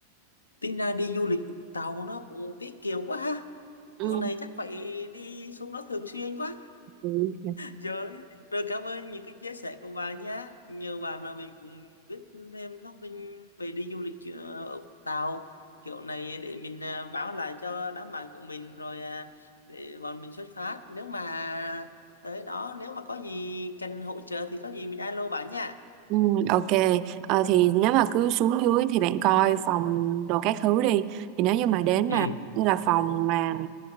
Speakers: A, on the left; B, on the right.
A: tính ra đi du lịch Vũng Tàu nó cũng tiết kiệm quá ha.
B: ừ.
A: Chỗ này chắc phải đi xuống đó thường xuyên quá.
B: Ừ.
A: Rồi, rồi cảm ơn những cái chia sẻ của bà nhé. Nhờ bà mà mình cũng biết thêm thông tin về đi du lịch ờ, ở Tàu. Kiểu này để mình ờ, báo lại cho đám bạn của mình rồi à, để bọn mình xuất phát. Nếu mà tới đó, nếu mà có gì cần hỗ trợ thì có gì mình alo bà nha.
B: Ừ, ok Ờ, thì nếu mà cứ xuống dưới thì bạn coi phòng đồ các thứ đi thì nếu như mà đến
A: Ừ.
B: mà như là phòng mà